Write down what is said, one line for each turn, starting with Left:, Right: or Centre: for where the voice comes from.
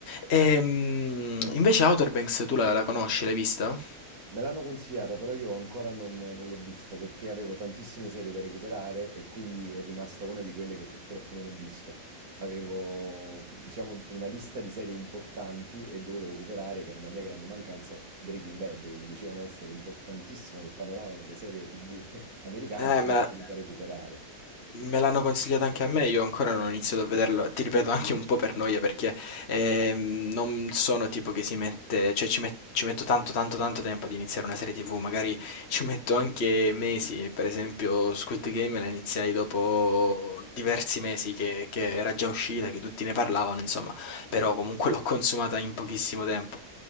Left: Ehm, invece Outer Banks tu la la conosci? L'hai vista?
Right: Me l'hanno consigliata, però io ancora non, non l'ho vista perché avevo tantissime serie da recuperare e quindi è rimasta una di quelle che purtroppo non ho visto. Avevo, diciamo, una lista di serie importanti e dovevo recuperare, che era una mia grande mancanza, Breaking Bad, che mi dicevano essere importantissima nel panorama delle serie TV <laughs> americane
Left: Eh,
Right: e quindi
Left: me la-
Right: l'ho dovuta recuperare.
Left: me l'hanno consigliato anche a me, io ancora non ho iniziato a vederlo, ti ripeto anche un po' per noia perché ehm, non sono tipo che si mette, cioè ci, met- ci metto tanto tanto tanto tempo ad iniziare una serie TV, magari ci metto anche mesi, per esempio Squid Game la iniziai dopo diversi mesi che, che era già uscita, che tutti ne parlavano, insomma, però comunque l'ho consumata in pochissimo tempo.